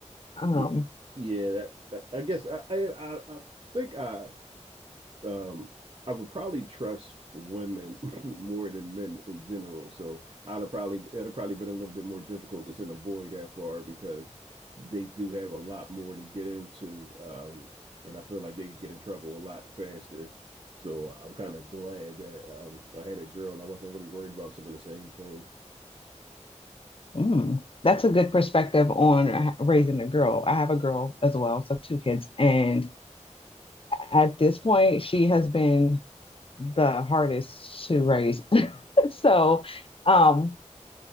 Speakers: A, on the left; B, on the right.
A: Um,
B: Yeah, yeah. That, I guess I, I, I I think I, um, I would probably trust women <laughs> more than men in general. So I'd have probably it'd have probably been a little bit more difficult to send a boy that far because they do have a lot more to get into, um, and I feel like they could get in trouble a lot faster. So I'm kind of glad that um, I had a girl and I wasn't really worried about some of the same things.
A: mm, that's a good perspective on raising a girl. I have a girl as well, so two kids, and at this point, she has been the hardest to raise. <laughs> so, um,